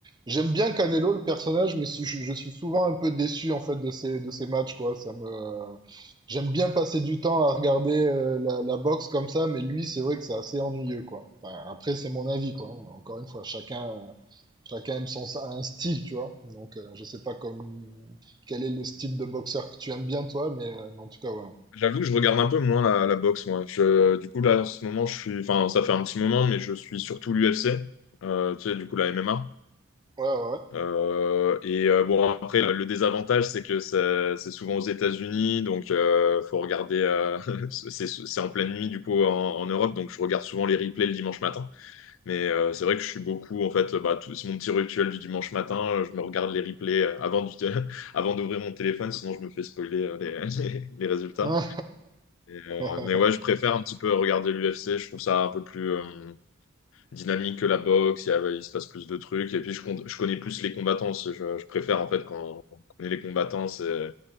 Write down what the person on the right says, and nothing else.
j'aime bien Canelo, le personnage, mais si- je, je suis souvent un peu déçu en fait de ces, de ces matchs, quoi. Ça me, j'aime bien passer du temps à regarder euh, la, la boxe comme ça, mais lui, c'est vrai que c'est assez ennuyeux, quoi. Enfin, après, c'est mon avis, quoi. Encore une fois, chacun. Chacun aime son, un style, tu vois. Donc, euh, je sais pas comme, quel est le style de boxeur que tu aimes bien, toi, mais euh, en tout cas, voilà.
Ouais,
ouais,
ouais.
<laughs>